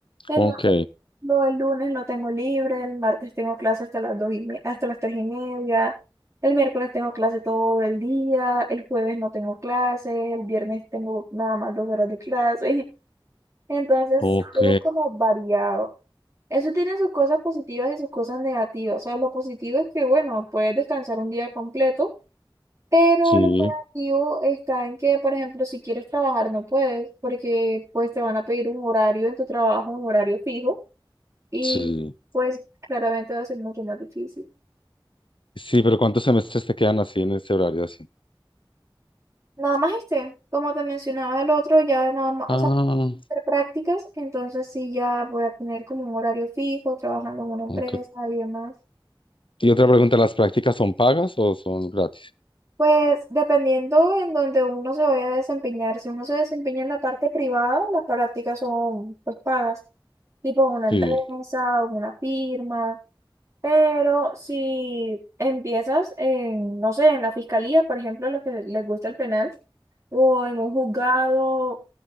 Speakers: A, on the right; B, on the left.
A: Entonces,
B: ok,
A: lo del lunes lo tengo libre, el martes tengo clase hasta las dos y me- hasta las tres y media, el miércoles tengo clase todo el día, el jueves no tengo clase, el viernes tengo nada más dos horas de clase. <laughs> Entonces,
B: ok,
A: es como variado. Eso tiene sus cosas positivas y sus cosas negativas. O sea, lo positivo es que, bueno, puedes descansar un día completo. Pero
B: sí,
A: lo negativo está en que, por ejemplo, si quieres trabajar no puedes, porque pues te van a pedir un horario en tu trabajo, un horario fijo, y
B: sí.
A: pues claramente va a ser mucho más difícil.
B: Sí, pero ¿cuántos semestres te quedan así en este horario así?
A: Nada más este, como te mencionaba el otro, ya nada más,
B: Ah,
A: o sea, hacer prácticas, entonces sí ya voy a tener como un horario fijo, trabajando en una empresa
B: ok.
A: y demás.
B: Y otra pregunta, ¿las prácticas son pagas o son gratis?
A: Pues dependiendo en donde uno se vaya a desempeñar, si uno se desempeña en la parte privada, las prácticas son pues pagas, tipo en una empresa
B: Sí,
A: o una firma, pero si empiezas en, no sé, en la fiscalía, por ejemplo, los que les gusta el penal, o en un juzgado,